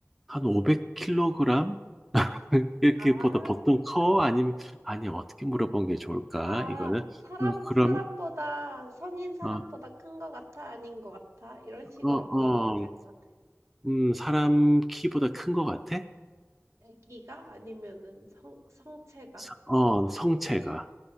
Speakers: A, in the centre; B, on the right.
A: 한 500kg? <laughs> 이렇게
B: 아.
A: 보다 보통 커? 아니면, 아니, 어떻게 물어본 게 좋을까?
B: 아,
A: 이거는,
B: 사람,
A: 어, 그럼,
B: 사람보다, 성인 사람보다
A: 어,
B: 큰 거 같아? 아닌 거 같아? 이런 식으로
A: 어,
B: 물어봐도 될
A: 어,
B: 것 같아.
A: 음, 사람 키보다 큰 것 같아?
B: 애기가? 아니면은 성, 성체가?
A: 서- 어, 성체가.